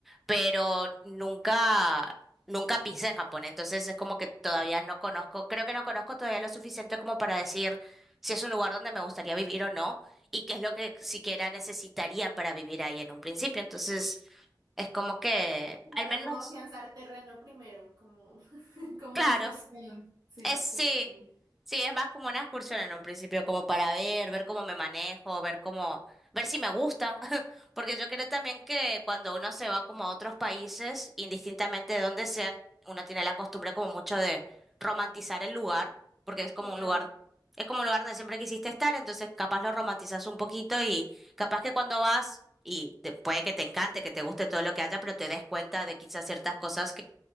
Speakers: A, in the centre; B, on the right (about 60°).
A: pero nunca, nunca pisé en Japón, entonces es como que todavía no conozco, creo que no conozco todavía lo suficiente como para decir si es un lugar donde me gustaría vivir o no y qué es lo que siquiera necesitaría para vivir ahí en un principio, entonces es como que
B: Claro,
A: al menos,
B: como afianzar terreno primero, como, <laughs> como
A: claro.
B: excursión. Sí,
A: Es, sí,
B: totalmente.
A: sí, es más como una excursión en un principio, como para ver, ver cómo me manejo, ver cómo, ver si me gusta, <laughs> porque yo creo también que cuando uno se va como a otros países, indistintamente de dónde sean, uno tiene la costumbre como mucho de romantizar el lugar, porque es como
B: Totalmente.
A: un lugar, es como un lugar donde siempre quisiste estar, entonces capaz lo romantizas un poquito y capaz que cuando vas, y te- puede que te encante, que te guste todo lo que haya, pero te des cuenta de quizás ciertas cosas